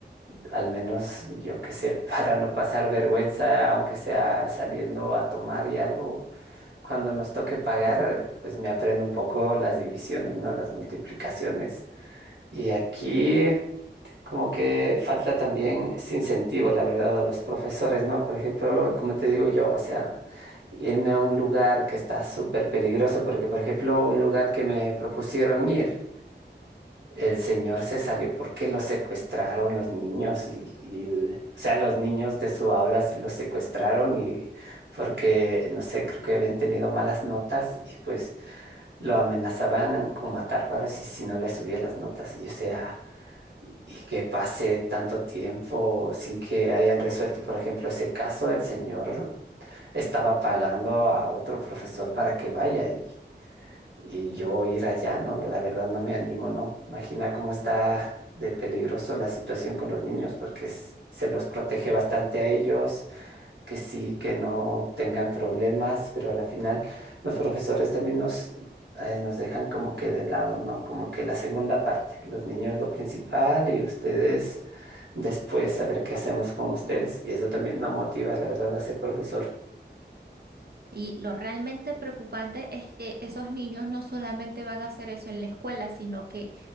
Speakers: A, on the right; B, on the right.
A: al menos yo qué sé, <laughs> para no pasar vergüenza, aunque sea saliendo a tomar y algo, cuando nos toque pagar, pues me aprendo un poco las divisiones, ¿no? Las multiplicaciones. Y aquí como que falta también ese incentivo, la verdad, a los profesores, ¿no? Por ejemplo, como te digo yo, o sea, irme a un lugar que está súper peligroso, porque, por ejemplo, un lugar que me propusieron ir, el señor se salió porque lo secuestraron los niños, y, y el- o sea, los niños de su aula s- los secuestraron y porque, no sé, creo que habían tenido malas notas y pues lo amenazaban con matar para si, si no le subía las notas, y o sea y que pase tanto tiempo sin que hayan resuelto, por ejemplo, ese caso, el señor estaba pagando a otro profesor para que vaya y, y yo ir allá, no, la verdad no me animo, no. Imagina cómo está de peligroso la situación con los niños porque s- se los protege bastante a ellos, que sí, que no tengan problemas, pero a la final los profesores también nos... eh, nos dejan como que de lado, ¿no? Como que la segunda parte, los niños lo principal y ustedes después saber qué hacemos con ustedes. Y eso también no motiva, la verdad, a ser profesor.
B: Y lo realmente preocupante es que esos niños no solamente van a hacer eso en la escuela, sino que